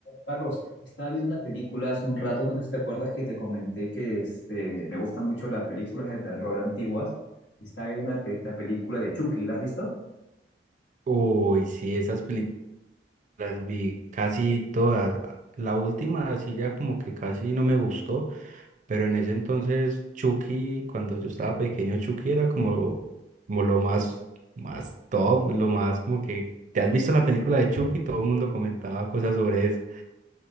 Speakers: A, on the left; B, on the right.
A: Carlos, estaba viendo una película hace un rato, no sé si te acuerdas que te comenté que este, me gustan mucho las películas de terror antiguas. Estaba viendo una pe- la película de Chucky, ¿la has visto?
B: Uy, sí, esas películas las vi casi todas. La última, así ya como que casi no me gustó, pero en ese entonces Chucky, cuando yo estaba pequeño, Chucky era como, como lo más, más top, lo más como que, ¿te has visto la película de Chucky? Todo el mundo comentaba cosas sobre eso.